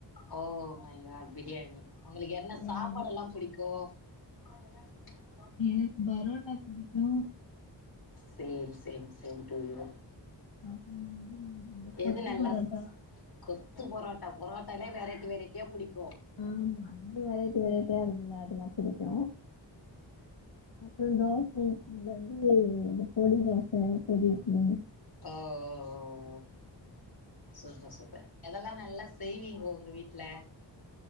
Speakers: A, on the left (about 55°); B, on the left (about 80°).
A: ஓ மைகாட் பிரியாணி உங்களுக்கு என்ன
B: ம்
A: சாப்பாடெல்லா புடிக்கு அததா நீயு
B: எனக்கு பரோட்டா புடிக்கு
A: same same same to you
B: அப்றோ வந்து கொத்து
A: எது நல்லா
B: பரோட்டா
A: ஸ் கொத்து பொரோட் டா பொராட்டாலே வெரைட்டி வெரைட்டியா புடிக்கு
B: ஆமா அது வெரைட்டி வெரைட்டியா இருந்த அதெல்லா புடிக்கு அப்றோ தோச இட்லில வந்து பொடி தோச எனக்கு புடிக்கு
A: ஓ ஓ ஓ ஓ சூப்பர் சூப்பர் எதல்லா நல்ல செய்விங்கோ உங்க வீட்ல